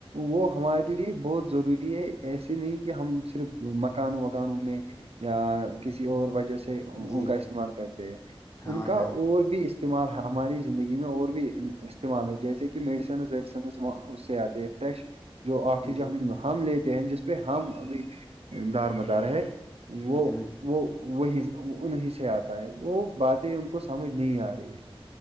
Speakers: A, on the right (about 80°); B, on the left (about 30°).
A: وہ ہمارے لیے بہت ضروری ہے ایسے نہیں کہ ہم صرف مکان وغانوں میں یا کسی اور وجہ سے ان
B: جی
A: کا استعمال کرتے ہیں
B: ہاں
A: ان
B: بھائی
A: کا
B: جان
A: اور بھی استعمال ہماری زندگی میں اور بھی استعمال ہے جیسے کہ میڈیسنز ویڈیسنزاں اس سےیادے فریش جو آ چیزیں
B: جی
A: ہم ہم لیتے ہیں جس پہ ہم ابھی دار بتاارے وہ
B: جی
A: وہ وہی انیں سے آتا ہے وہ باتیں ان کو سمجھ نہیں آ رہی ہے